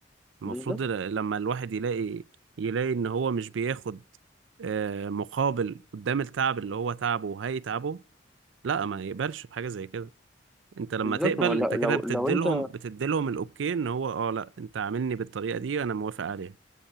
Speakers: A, on the right; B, in the centre.
A: المفروض
B: بالظبط
A: ل- لما الواحد يلاقي يلاقي ان هو مش بياخد آه، مقابل قدام التعب اللي هو تعبه وهيتعبه لا ما يقبلش بحاجة زي كده انت لما
B: بالظبط
A: تقبل
B: ما هو لو
A: انت كده
B: لو
A: بتديلهم
B: لو انت
A: بتديلهم الاوكي ان هو اه لا انت عاملني بالطريقة دي وانا موافق عليها